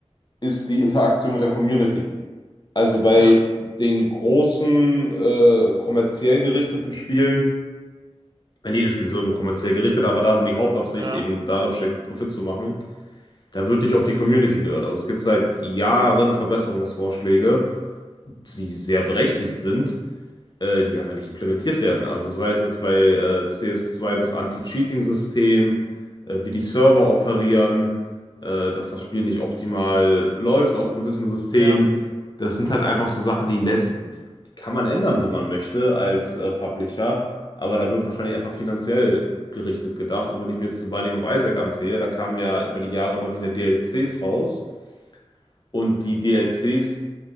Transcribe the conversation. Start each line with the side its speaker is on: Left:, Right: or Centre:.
Left: ist die Interaktion mit der Community. Also bei
Right: ja,
Left: den großen, äh, kommerziell gerichteten Spielen, ich meine, jedes Spiel ist irgendwo kommerziell gerichtet, aber da, wo die Hauptabsicht
Right: ja,
Left: eben darin steckt, Profit zu machen, Da wird nicht auf die Community gehört. Also es gibt seit Jahren Verbesserungsvorschläge, die sehr berechtigt sind, äh, die einfach nicht implementiert werden. Also sei es jetzt bei äh, cs zwei das Anti-Cheating-System, äh, wie die Server operieren, äh, dass das Spiel nicht optimal läuft auf gewissen Systemen.
Right: ja,
Left: Das sind halt einfach so Sachen, die lässt, die, die kann man ändern, wenn man möchte, als äh, Publisher. Aber da wird wahrscheinlich einfach finanziell gerichtet gedacht. Und wenn ich mir jetzt The Binding of Isaac ansehe, da kamen ja über die Jahre immer wieder DLCs raus. Und die DLCs